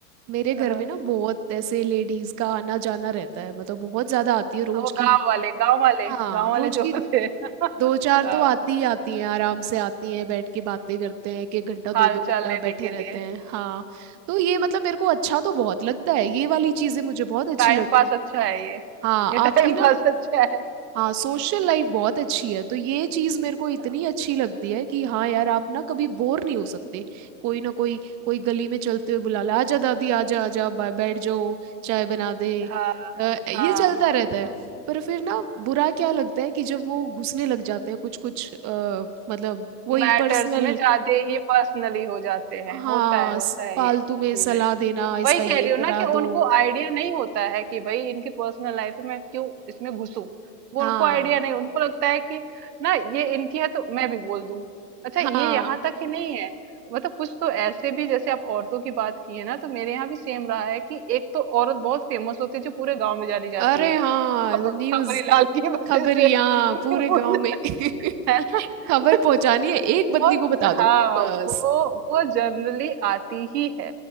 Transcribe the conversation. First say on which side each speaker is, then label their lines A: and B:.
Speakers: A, on the right; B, on the right.
A: मेरे घर
B: हाँ।
A: में ना बहुत ऐसे लेडीज का आना जाना रहता है मतलब बहुत ज्यादा आती है रोज
B: हाँ, वो गांव
A: की
B: वाले गांव वाले
A: हाँ
B: गांव वाले
A: रोज
B: जो
A: की
B: होते हैं <laughs>
A: दो चार
B: हाँ,
A: तो आती ही आती हैं आराम से आती हैं बैठ के बातें करते हैं एक एक घंटा दो
B: हाल
A: दो घंटा
B: चाल लेने
A: बैठे
B: के
A: रहते
B: लिए
A: हैं हाँ तो ये मतलब मेरे को अच्छा तो बहुत लगता है ये वाली चीजें मुझे बहुत अच्छी
B: टाइम
A: लगती
B: पास
A: है
B: अच्छा है ये
A: हाँ
B: ये
A: आपकी
B: टाइम
A: ना
B: पास अच्छा है
A: हाँ सोशल लाइफ बहुत अच्छी है तो ये चीज मेरे को इतनी
B: हाँ
A: अच्छी लगती है कि हाँ यार आप ना कभी बोर नहीं हो सकते कोई ना कोई कोई गली में चलते हुए बुला ले आजा दादी आजा आजा बै- बैठ जाओ चाय बना दे
B: हाँ
A: अ, ये
B: हाँ
A: चलता
B: हाँ
A: रहता है
B: हाँ
A: पर फिर ना बुरा क्या लगता है कि जब वो घुसने लग जाते हैं कुछ कुछ अ, मतलब वही
B: मैटर्स
A: पर्सनल
B: में ज्यादा ही पर्सनली हो जाते हैं
A: हाँ
B: होता है होता
A: स-
B: है
A: फालतू
B: ये सब
A: में
B: चीजें
A: सलाह देना इसका
B: वही कह
A: ये
B: रही हूँ
A: करा
B: ना कि
A: दो
B: उनको आइडिया नहीं होता है कि भाई इनकी पर्सनल लाइफ में मैं क्यों इसमें घुसूं वो
A: हाँ
B: उनको आइडिया नहीं उनको लगता है कि ना ये इनकी है तो मैं भी बोल दूं अच्छा
A: हाँ
B: ये यहाँ तक ही नहीं है मतलब कुछ तो ऐसे भी जैसे आप औरतों की बात की है ना तो मेरे यहाँ भी सेम रहा है कि एक तो औरत बहुत फेमस होती है जो पूरे गांव में जानी जाती
A: अरे
B: है
A: हाँ
B: खबर
A: न्यूज
B: खबरीलाल की वजह
A: खबरिया
B: से <laughs>
A: पूरे गांव में <laughs>
B: है ना
A: खबर
B: <laughs>
A: पहुंचानी है एक बंदी
B: वो
A: को बता
B: हाँ
A: दो बस
B: वो वो जनरली आती ही है